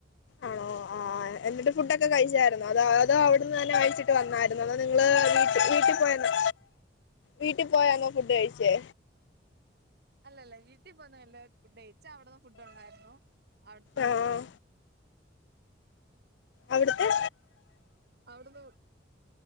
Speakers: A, on the left; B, on the right.
A: ആണോ ആഹ് എന്നിട്ട് ഫുഡൊക്കെ കഴിച്ചായിരുന്നോ അതോ അതോ അവിടുന്ന് തന്നെ കയ്ച്ചിട്ട് വന്നായിര്ന്നോ തോ നിങ്ങള് വീട്ട് വീട്ടീ പോയന്നോ വീട്ടി പോയാന്നോ ഫുഡ് കഴിച്ചേ
B: അല്ലല്ല വീട്ടിപ്പോ നല്ല ഫുഡയ്ച്ചാഅവിടന്ന് ഫുഡ് ഉണ്ടായിരുന്നു അവിട
A: ആഹ് അവിട്ത്തെ
B: അവിടുന്ന്